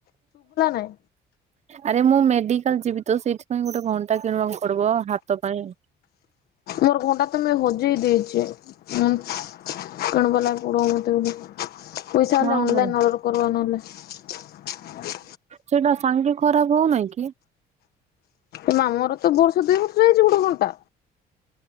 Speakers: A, on the left (about 70°); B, on the right (about 40°).
A: ନାଇଁ
B: ଆରେ ମୁଁ ମେଡିକାଲ ଯିବି ତ ସେଇଥିପାଇଁ ଗୋଟେ ଘଣ୍ଟା କିଣିବାକୁ ପଡ୍ ବ ହାତ ପାଇଁ।
A: ମୋର ଘଣ୍ଟା ତ ମୁଇଁ ହଜେଇ ଦେଇଚି। ଉଁ କଣ ଗଲା ଗୁଡ ତୁବି ପଇସା ହେଲେ
B: ହଁ
A: ଅନଲାଇନରୁ
B: ପରା
A: ଅର୍ଡର କର୍ବା ନହେଲେ।
B: ସେଟା ସାଙ୍ଗେ ଖରାପ ହୋଉନାଇଁ କି?
A: ଏ ମାମୁଘର ତ ବର୍ଷେ ଦୁଇ ବର୍ଷ ଯାଇ ଚୋଉଦ ଘଣ୍ଟା